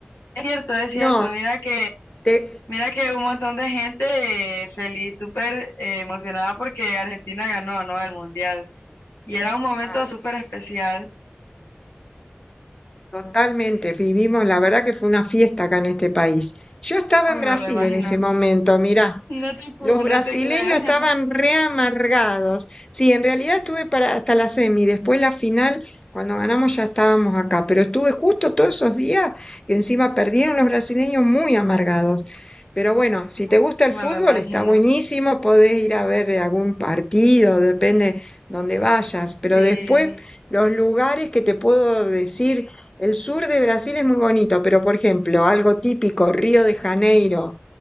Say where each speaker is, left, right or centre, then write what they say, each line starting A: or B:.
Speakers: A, on the left (about 80°); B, on the left (about 20°).
A: Es cierto, es cierto.
B: No,
A: Mira que,
B: te...
A: mira que un montón de gente eh, feliz, súper eh, emocionada porque Argentina ganó, ¿no? El Mundial. Y era un momento
B: claro,
A: súper especial.
B: totalmente, vivimos, la verdad que fue una fiesta acá en este país. Yo estaba
A: Uy,
B: en Brasil
A: me lo imagino.
B: en ese momento, mirá.
A: <laughs> No te creo,
B: Los
A: no
B: brasileños
A: te creo.
B: estaban re amargados. Sí, en realidad estuve para hasta la semi, después la final, cuando ganamos ya estábamos acá, pero estuve justo todos esos días y encima perdieron los brasileños muy amargados. Pero bueno, si
A: <laughs>
B: te gusta el fútbol,
A: Me lo imagino.
B: está buenísimo, podés ir a ver algún partido, depende donde vayas, pero
A: Sí.
B: después los lugares que te puedo decir, el sur de Brasil es muy bonito, pero por ejemplo, algo típico, Río de Janeiro